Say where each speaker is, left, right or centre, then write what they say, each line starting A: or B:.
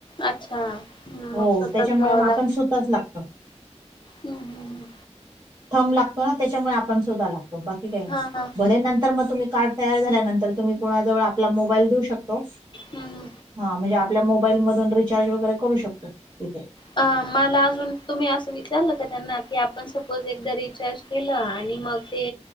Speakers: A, on the left; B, on the right.
A: अच्छा हम्
B: हो
A: मग स्वतत
B: त्याच्यामुळे
A: जावं
B: मग आपण
A: लाग
B: स्वतःच लागतो.
A: हम्म हम््
B: थब लागतो ना त्याच्यामुळे आपण सुद्धा लागतो बाकी काही
A: हा हा
B: भले नंतर मग तुम्ही कारड झा तम् दे शको
A: हम्म
B: म्हण आपल्या मोबाईल मधून रिचार्ज वगैरे करू शकतो तिथे
A: अ मला अजून तुम्ही असं विचारलं का त्यांना की आपण सपोज एकदा रिचार्ज केलं आणि मग ते